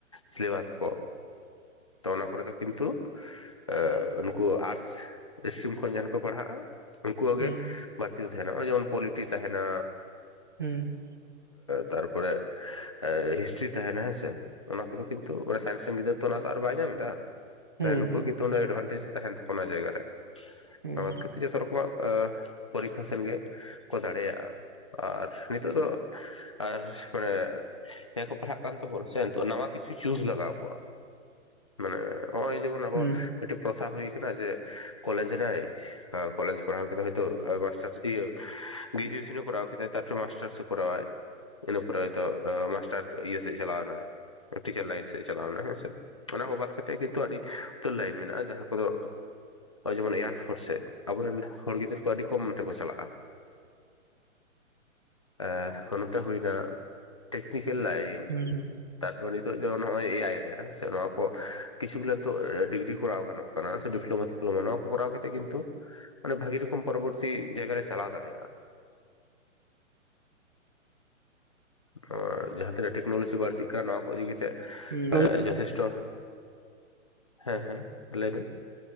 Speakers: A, on the left; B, on the right.
A: syllabus ᱠᱚ ᱛᱚ ᱚᱱᱟ ᱠᱚᱨᱮ ᱫᱚ ᱠᱤᱱ ᱛᱩ ᱮᱻ ᱩᱱᱠᱩ ᱟᱨᱴᱥ ᱥᱴᱨᱤᱢ ᱠᱷᱚᱱ ᱡᱟᱦᱟᱸ ᱠᱚ ᱯᱟᱲᱦᱟᱜᱼᱟ ᱩᱱᱠᱩᱣᱟᱜ
B: ᱦᱩᱸ
A: ᱜᱮ
B: ᱦᱩᱸ ᱦᱩᱸ
A: ᱵᱟᱹᱲᱛᱤ ᱛᱟᱦᱮ ᱱᱟ ᱱᱚᱜᱼᱚᱭ ᱡᱮᱢᱚᱱ ᱯᱚᱞᱤᱴᱤ ᱛᱟᱦᱮᱱᱟ
B: ᱦᱮᱸ
A: ᱛᱟᱨᱯᱚᱨᱮ ᱦᱤᱥᱴᱨᱤ ᱛᱟᱦᱮᱱᱟ ᱦᱮᱸᱥᱮ ᱚᱱᱟ ᱠᱚᱫᱚ ᱠᱤᱱᱛᱩ ᱚᱱᱮ ᱥᱟᱭᱮᱱᱥ ᱜᱤᱫᱟᱹᱨ ᱛᱚ ᱚᱱᱟ ᱛᱚ ᱟᱨ ᱵᱟᱭ ᱧᱟᱢᱮᱫᱟ ᱛᱟᱦᱚᱞᱮ
B: ᱦᱩᱸ
A: ᱱᱩᱠᱩᱣᱟᱜ
B: ᱦᱩᱸ
A: ᱠᱤᱱᱛᱩ
B: ᱦᱩᱸ
A: ᱮᱰᱵᱷᱟᱱᱴᱮᱡ ᱛᱟᱦᱮᱱ ᱛᱟᱠᱚᱣᱟ ᱚᱱᱟ ᱡᱟᱭᱜᱟ ᱨᱮ
B: ᱦᱮᱸ
A: ᱚᱱᱟ ᱵᱟᱫ ᱠᱟᱛᱮ ᱡᱚᱛᱚ ᱨᱚᱠᱚᱢᱟᱜ ᱯᱳᱨᱤᱠᱷᱟ ᱥᱮᱱ ᱜᱮ ᱠᱚ ᱫᱟᱲᱮᱭᱟᱜᱼᱟ ᱟᱨ ᱱᱤᱛᱚᱜ ᱫᱚ ᱟᱨ ᱢᱟᱱᱮ ᱡᱟᱦᱟᱸᱭ ᱠᱚ ᱯᱟᱲᱦᱟᱜ ᱠᱟᱱ ᱛᱟᱵᱚᱱᱟ ᱥᱮ ᱱᱤᱛᱚᱜ ᱱᱟᱣᱟ ᱠᱤᱪᱷᱩ ᱪᱩᱡᱽ ᱞᱟᱜᱟᱣ ᱟᱠᱚᱣᱟ ᱾ ᱢᱟᱱᱮ ᱚ ᱚᱭ ᱡᱮᱢᱚᱱ ᱟᱵᱚ
B: ᱦᱩᱸ
A: ᱢᱤᱴᱤᱡ ᱯᱨᱚᱛᱷᱟ ᱦᱩᱭ ᱠᱟᱱᱟ ᱡᱮ ᱠᱚᱞᱡᱽ ᱨᱮ ᱠᱚᱞᱮᱡᱽ ᱯᱟᱲᱟᱦᱟᱣ ᱠᱟᱛᱮ ᱦᱚᱭᱛᱳ ᱢᱟᱥᱴᱟᱨᱥ ᱤᱭᱟᱹ ᱜᱨᱡᱩᱮᱥᱚᱱ ᱮ ᱠᱳᱨᱟᱣ ᱠᱮᱫᱟ ᱛᱟᱭᱯᱚᱨ ᱢᱟᱥᱴᱟᱨᱥ ᱮ ᱠᱚᱨᱟᱣ ᱟᱭ ᱤᱱᱟ ᱯᱚᱨᱮ ᱦᱚᱭᱛᱚ ᱢᱟᱥᱴᱟᱨ ᱤᱭᱟᱹ ᱥᱮᱫ ᱪᱟᱞᱟᱣᱮᱱᱟᱭ ᱴᱤᱪᱟᱨ ᱞᱟᱭᱤᱱ ᱥᱮᱫ ᱮ ᱪᱟᱞᱟᱣᱱᱟ ᱦᱮᱸᱥᱮ ᱚᱱᱟ ᱠᱚ ᱵᱟᱫ ᱠᱟᱛᱮᱜ ᱠᱤᱱᱛᱩ ᱟᱹᱰᱤ ᱩᱛᱟᱨ ᱞᱟᱭᱤᱱ ᱢᱮᱱᱟᱜᱼᱟ ᱡᱟᱦᱟᱸ ᱠᱚᱫᱚ ᱡᱮᱢᱚᱱ ᱮᱭᱟᱨ ᱯᱷᱳᱨᱥ ᱥᱮᱫ ᱟᱵᱚᱨᱮᱱ ᱦᱚᱲ ᱜᱤᱫᱟᱹᱨ ᱠᱚ ᱟᱹᱰᱤ ᱠᱚᱢ ᱚᱱᱛᱮ ᱠᱚ ᱪᱟᱞᱟᱜᱼᱟ᱾ ᱟ ᱚᱱᱟᱛᱮ ᱦᱩᱭᱱᱟ ᱴᱮᱠᱱᱤᱠᱮᱞ ᱞᱟᱭᱤᱱ᱾
B: ᱦᱩᱸ ᱦᱩᱸ᱾
A: ᱛᱟᱨᱯᱚᱨ ᱱᱤᱛᱚᱜ ᱫᱚ ᱱᱚᱜᱼᱚᱭ ᱮ ᱟᱭ ᱨᱮ ᱦᱮᱱᱟᱜ-ᱟ ᱦᱮᱥᱮ ᱱᱚᱣᱟ ᱠᱤᱪᱷᱩᱜᱩᱞᱟ ᱱᱤᱛᱚᱜ ᱰᱤᱜᱽᱨᱤ ᱠᱚᱨᱟᱣ ᱜᱟᱱᱚᱜ᱾ ᱥᱮ ᱰᱤᱯᱞᱳᱢᱟ ᱯᱷᱤᱞᱳᱢᱟ ᱱᱚᱣᱟ ᱠᱚ ᱠᱚᱨᱟᱣ ᱠᱟᱛᱮ ᱠᱤᱱᱛᱩ ᱢᱟᱱᱮ ᱵᱷᱟᱹᱜᱤ ᱨᱚᱠᱚᱢ ᱯᱚᱨᱚᱵᱚᱨᱛᱤ ᱡᱟᱭᱜᱟᱨ ᱨᱮ ᱪᱟᱞᱟᱣ ᱫᱟᱲᱮᱭᱟᱜᱼᱟ᱾ ᱦᱳᱭ ᱡᱟᱦᱟᱸᱛᱤᱱᱟᱹᱜ ᱴᱮᱠᱱᱚᱞᱳᱜᱤ ᱵᱟᱹᱲᱛᱤᱜ ᱠᱟ ᱱᱚᱣᱟ ᱠᱚ ᱤᱫᱤ ᱠᱟᱛᱮᱜ
B: ᱦᱩᱸ
A: ᱡᱚᱛᱷᱮᱥᱴᱚ ᱦᱮᱸ ᱦᱮᱸ ᱞᱟᱹᱭ ᱢᱮ᱾